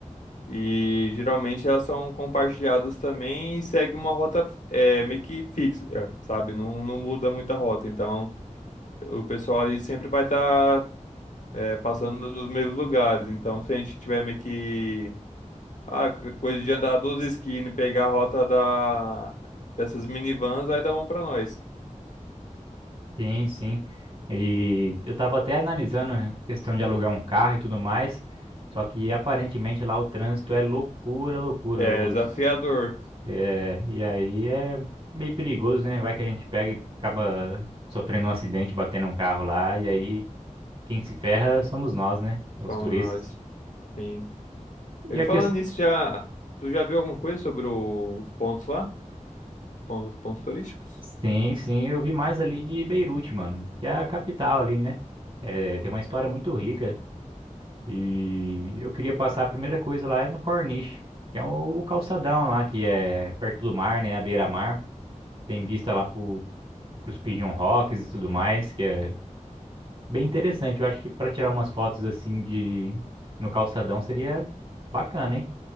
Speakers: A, on the left; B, on the right.
A: E geralmente elas são compartilhadas também e segue uma rota é, meio que fixa, eh, sabe? Não, não muda muita rota. Então, o pessoal ali sempre vai estar passando nos mesmos lugares. Então, se a gente tiver meio que ah, co- coisa de andar duas esquinas e pegar a rota da, dessas minivans, vai dar bom pra nós.
B: Sim, sim. E eu tava até analisando a questão de alugar um carro e tudo mais, só que aparentemente lá o trânsito é loucura, loucura.
A: É
B: Os
A: desafiador,
B: É, e aí é meio perigoso, né? Vai que a gente pega e acaba sofrendo um acidente, batendo um carro lá, e aí quem se ferra somos nós, né? Os
A: falando
B: turistas.
A: nós. Sim.
B: E
A: E
B: a
A: falando
B: questão.
A: nisso, já, tu já viu alguma coisa sobre o- os pontos lá? Os pontos turísticos?
B: Sim, sim, eu vi mais ali de Beirute, mano, que é a capital ali, né? É, tem uma história muito rica. E eu queria passar a primeira coisa lá é no Corniche, que é o calçadão lá, que é perto do mar, né? A beira-mar. Tem vista lá pro, pros Pigeon Rocks e tudo mais, que é Bem interessante. Eu acho que para tirar umas fotos assim de no calçadão seria bacana, hein?